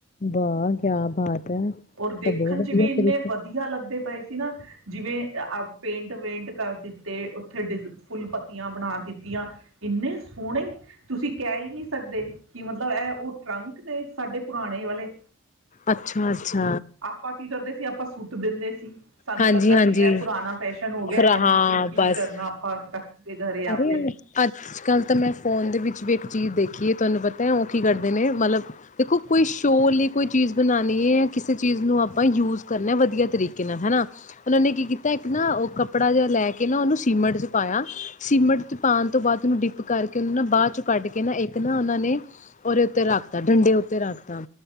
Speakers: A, on the left; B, on the right.
A: ਬਾਹ ਕਿਆ ਬਾਤ ਹੈ
B: ਔਰ ਦੇਖਣ
A: ਤਾਂ ਬਹੁਤ ਵਧੀਆ
B: ਚ ਵੀ ਇੰਨੇ
A: ਤਰੀਕੇ
B: ਵਧੀਆ ਲੱਗਦੇ ਪਏ ਸੀ। ਨਾ ਜਿਵੇਂ ਆ ਪੇਂਟ ਵੇਂਟ ਕਰ ਦਿੱਤੇ ਉੱਥੇ ਡਿ ਫੁੱਲ ਪੱਤੀਆਂ ਬਣਾ ਦਿੱ ਦਿੱਤੀਆਂ ਇੰਨੇ ਸੋਹਣੇ ਤੁਸੀਂ ਕਹਿ ਈ ਨਹੀਂ ਸਕਦੇ ਕਿ ਮਤਲਬ ਇਹ ਉਹ ਟਰੰਕ ਨੇ ਸਾਡੇ ਪੁਰਾਣੇ ਵਾਲੇ
A: ਅੱਛਾ, ਅੱਛਾ
B: ਆਪਾਂ ਕੀ ਕਰਦੇ ਸੀ ਆਪਾਂ ਸੁੱਟ ਦਿੰਦੇ ਸੀ। ਸਾਨੂੰ
A: ਹਾਂਜੀ
B: ਲੱਗਦਾ
A: ਹਾਂਜੀ
B: ਸੀ ਇਹ ਪੁਰਾਣਾ ਫੈਸ਼ਨ ਹੋ ਗਿਆ
A: ਖਰਾ
B: ਇਹਨੂੰ
A: ਹਾਂ
B: ਕੀ- ਕੀ
A: ਬਸ
B: ਕਰਨਾ ਆਪਾਂ ਰੱਖ ਕੇ। ਘਰੇ ਆਪਦੇ
A: ਅਰੇ ਅੱਜ ਕੱਲ ਤਾਂ ਮੈਂ ਫੋਨ ਦੇ ਵਿੱਚ ਵੀ ਇੱਕ ਚੀਜ਼ ਦੇਖ ਕੀ ਇਹ ਤੁਹਾਨੂੰ ਪਤਾ ਹੈ ਉਹ ਕੀ ਕਰਦੇ ਨੇ ਮਤਲਬ ਦੇਖੋ ਕੋਈ ਸ਼ੋਅ ਲਈ ਕੋਈ ਚੀਜ਼ ਬਣਾਣੀ ਹੈ, ਜਾਂ ਕਿਸੇ ਚੀਜ਼ ਨੂੰ ਆਪਾਂ ਯੂਜ ਕਰਨਾ ਵਧੀਆ ਤਰੀਕੇ ਨਾਲ ਹਨਾ ਉਹਨਾਂ ਨੇ ਕੀ ਕੀਤਾ ਇੱਕ ਨਾ ਉਹ ਕੱਪੜਾ ਜਿਹਾ ਲੈ ਕੇ ਨਾ ਉਹਨੂੰ ਸੀਮਟ ਚ ਪਾਇਆ। ਸੀਮਟ ਚ ਪਾਨ ਤੋਂ ਬਾਅਦ ਉਹਨੂੰ ਡਿਪ ਕਰਕੇ ਉਹਨੂੰ ਨਾ ਬਾਅਦ ਚੋਂ ਕੱਢ ਕੇ ਨਾ ਇੱਕ ਨਾ ਉਹਨਾਂ ਨੇ ਉਹਦੇ ਉੱਤੇ ਰੱਖਤਾ ਡੰਡੇ ਉੱਤੇ ਰੱਖਤਾ।